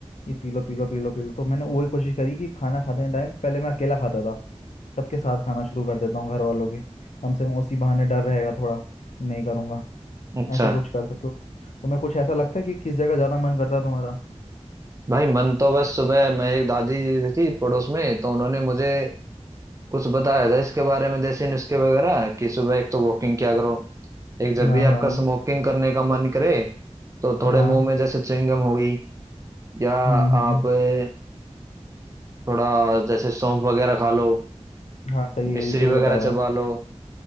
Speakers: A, on the left; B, on the right.
A: कि पी लो पी लो पी लो पी लो तो मैंने वही कोशिश करी कि खाना खाते टाइम पहले मैं अकेला खाता था सबके साथ खाना शुरू कर देता हूँ घर वालों के कम से कम उसी बहाने डर रहेगा थोड़ा कि नहीं करूँगा
B: अच्छा
A: ऐसा कुछ कर सकते हो तुम्हें कुछ ऐसा लगता है कि किस जगह ज़्यादा मन करता है तुम्हारा
B: भाई मन तो बस सुबह मैं एक दादी जी थी पड़ोस में तो उन्होंने मुझे कुछ बताया था इसके बारे में देसी नुस्खे वगैरह कि सुबह एक तो वॉकिंग किया करो एक जब
A: हाँ
B: भी आपका
A: हाँ
B: स्मोकिंग करने का मन करे तो थोड़े
A: हाँ
B: मुंह में जैसे च्युइंगम हो गई या आप
A: हम्म हम्म
B: अ, थोड़ा जैसे सौंफ वगैरह खा लो
A: हाँ सही है,
B: मिश्री
A: ये भी सही
B: वगैरह
A: बताया
B: चबा
A: है
B: लो